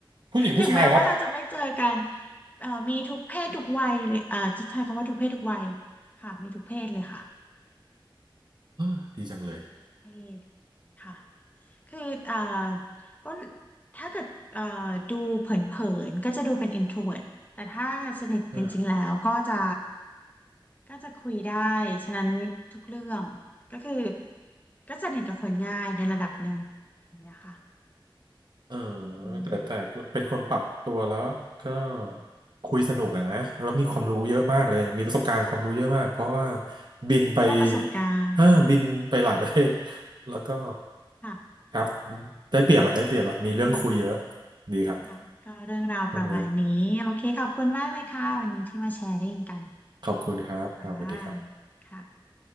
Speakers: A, on the right (about 55°); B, on the left (about 20°).
A: ผู้หญิงผู้ชายครับ
B: ถึงแม้ว่าเราจะไม่เจอกันเอ่อมีทุกเพศทุกวัยเลยเอ่อจะใช้คำว่าทุกเพศทุกวัยค่ะมีทุกเพศเลยค่ะ
A: อาดีจังเลย
B: มีทุกเพศค่ะ คืออ่าอ้นถ้าเกิดอ่าดูเผินๆก็จะดูเป็น introvert แต่ถ้าสนิทจริงๆแล้วก็จะ
A: อ่า
B: ก็จะคุยได้ฉะนั้นทุกเรื่องก็คือก็สนิทกับคนง่ายในระดับหนึ่งอย่างเงี้ยค่ะ
A: เออ
B: อืม
A: แต่แต่เป็นคนปรับตัวแล้วก็คุยสนุกอะนะแล้วมีความรู้เยอะมากเลยมีประสบการณ์ความรู้เยอะมากเพราะว่า
B: ค่ะ
A: บินไป
B: ใช้คำว่าประสบการณ์
A: อ่าบินไปหลายประเทศแล้วก็
B: ค่ะ
A: ครับได้เปรียบอะได้เปรียบอะมีเรื่องคุยเยอะ
B: โอเค
A: ดีครับ
B: ค่ะก็เรื่องราวประมาณนี้โอเคขอบคุณมากเลยค่ะวันนี้ที่มาแชร์กัน
A: ขอบคุณขอบคุณครับครับสวัสดีครับ
B: ค่ะค่ะ